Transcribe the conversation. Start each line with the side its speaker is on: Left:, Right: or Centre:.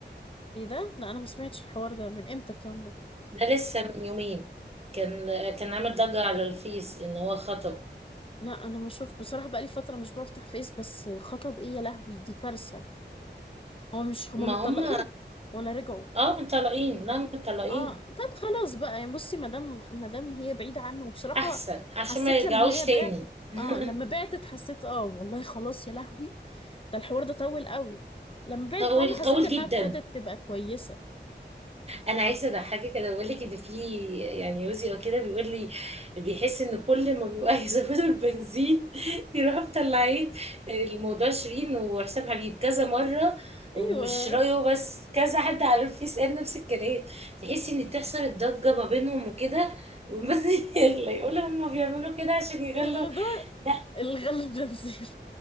Left: إيه ده؟ لا أنا ما سمعتش الحوار ده من إمتى الكلام ده؟
Right: ده لسه من يومين كان كان عامل ضجة على الفيس ان هو خطب
Left: لا أنا ما شفت بصراحة بقالي فترة مش بفتح فيس بس خطب إيه يا لهوي دي كارثة هو مش هما
Right: ما
Left: متطلقين
Right: هم
Left: ولا رجعوا؟
Right: اه مطلقين لا مطلقين
Left: اه طب خلاص بقى يعني بصي مادام مادام هي بعيدة عنه وبصراحة
Right: احسن
Left: حسيت
Right: عشان ما يرجعوش
Left: لما هي
Right: تاني
Left: بعتت
Right: <laughs>
Left: اه لما بعتت حسيت اه والله خلاص يا لهوي ده الحوار ده طول قوي لما بعدت
Right: طول
Left: عنه حسيت
Right: طول
Left: انها
Right: جدا
Left: ابتدت تبقى كويسة
Right: انا عايزه اضحكك انا بقول لك ان في يعني يوزي او كده بيقول لي بيحس ان كل ما بيبقى يزودوا البنزين <laughs> يروح مطلعين الموضوع شيرين وحسام حبيب كذا مره ومش
Left: ايوه
Right: رايه بس كذا حد على الفيس قال نفس الكلام تحسي ان تحصل الضجه ما بينهم وكده والبنزين <laughs> يغلى يقولوا هما بيعملوا كده عشان يغلوا
Left: الموضوع
Right: لا
Left: الغل بنزين